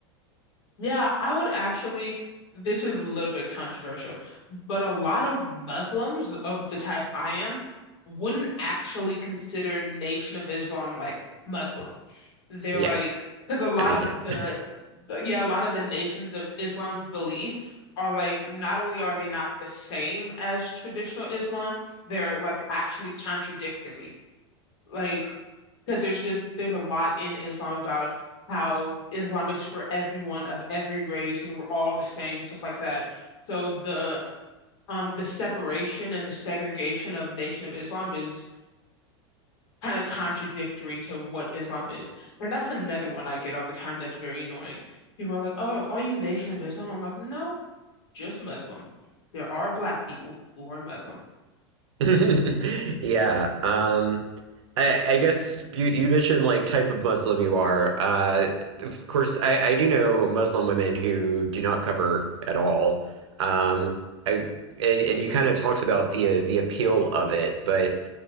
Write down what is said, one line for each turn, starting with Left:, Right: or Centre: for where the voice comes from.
Left: Yeah, I would actually, this is a little bit controversial, but a lot of Muslims of the type I am wouldn't actually consider Nation of Islam like Muslim. They're
Right: Yeah.
Left: like, because a lot
Right: I mean,
Left: of
Right: yeah.
Left: the yeah, a lot of the nations of Islam's belief are like not only are they not the same as traditional Islam, they're like actually contradictory. Like, because there's just there's a lot in Islam about how Islam is for everyone of every race and we're all the same, stuff like that. So the um the separation and the segregation of Nation of Islam is kind of contradictory to what Islam is. And that's another one I get all the time that's very annoying. People are like, "Oh, are you Nation of Islam?" I'm like, "No, just Muslim. There are black people who are Muslim."
Right: <laughs> Yeah. Um, I, I guess you, you mentioned like type of Muslim you are. Uh, of course, I, I do know Muslim women who do not cover at all. Um, I and, and you kind of talked about the the appeal of it, but